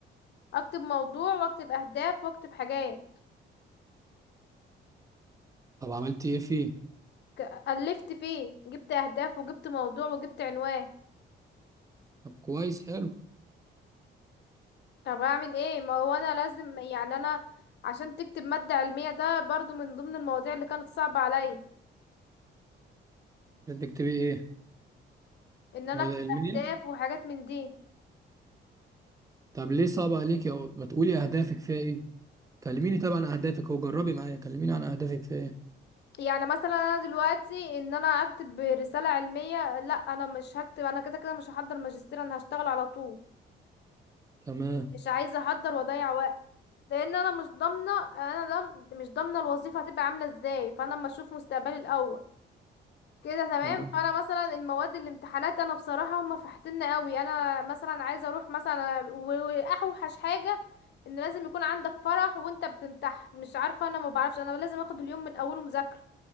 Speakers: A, on the left; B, on the right.
A: اكتب موضوع واكتب اهداف واكتب حاجات
B: طب عملتي ايه فيه
A: ك- الفت فيه جبت اهداف وجبت موضوع وجبت عنوان
B: طب كويس حلو
A: طب اعمل ايه ما هو انا لازم يعني انا عشان تكتب مادة علمية ده برضو من ضمن المواضيع اللي كانت صعبة عليا
B: بدك تبقي ايه
A: ان انا
B: هو
A: اكتب
B: ده الميل
A: اهداف وحاجات من دي
B: طب ليه صعب عليك يا ما تقولي اهدافك فيها ايه كلميني طبعا عن اهدافك هو جربي معايا كلميني عن اهدافك فيها ايه
A: يعني مثلا انا دلوقتي ان انا اكتب رسالة علمية لا انا مش هكتب انا كده كده مش هحضر ماجستير انا هشتغل على طول
B: تمام
A: مش عايزة احضر واضيع وقت لان انا مش ضامنة انا دم مش ضامنة الوظيفة هتبقى عاملة ازاي فانا اما اشوف مستقبلي الاول كده تمام
B: تمام
A: فانا مثلا المواد الامتحانات انا بصراحه هم فحتنا قوي انا مثلا عايزه اروح مثلا و- واوحش حاجه ان لازم يكون عندك فرح وانت بتمتحن مش عارفه انا ما بعرفش انا لازم اخد اليوم من اوله مذاكره